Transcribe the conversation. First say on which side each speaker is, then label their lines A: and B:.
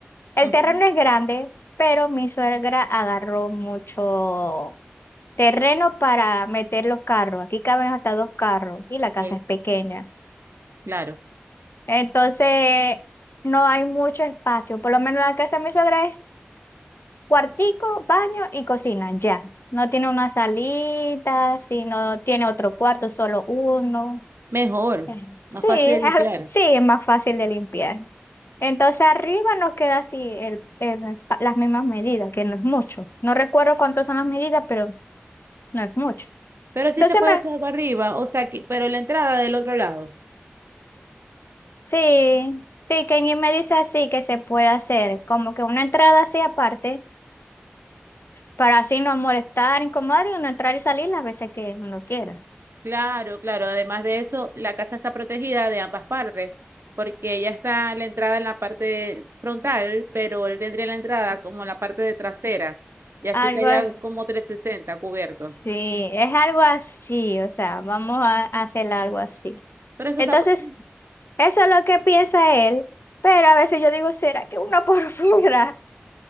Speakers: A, on the left; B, on the right.
A: el
B: Ujú,
A: terreno es grande, pero mi suegra agarró mucho terreno para meter los carros. Aquí caben hasta dos carros y la
B: ok,
A: casa es pequeña.
B: claro.
A: Entonces, no hay mucho espacio, por lo menos la casa de mi suegra es Cuartico, baño y cocina, ya. No tiene una salita, si no tiene otro cuarto, solo uno.
B: Mejor,
A: Eh, Sí,
B: más fácil
A: es
B: de limpiar.
A: al- sí, es más fácil de limpiar. Entonces arriba nos queda así el, el pa- las mismas medidas, que no es mucho. No recuerdo cuántas son las medidas, pero no es mucho.
B: Pero sí
A: Entonces
B: se puede
A: me,
B: hacer algo arriba, o sea, que- pero la entrada del otro lado.
A: sí, sí, Kenny me dice así que se puede hacer, como que una entrada así aparte, para así no molestar, incomodar y uno entrar y salir las veces que uno quiera.
B: Claro, claro. Además de eso, la casa está protegida de ambas partes, porque ella está la entrada en la parte frontal, pero él tendría la entrada como la parte de trasera, y así
A: Algo
B: estaría
A: así.
B: como 360 cubierto.
A: Sí, es algo así, o sea, vamos a hacer algo así.
B: Pero eso
A: Entonces,
B: está muy bien.
A: eso es lo que piensa él, pero a veces yo digo, ¿será que una por <laughs> fuera?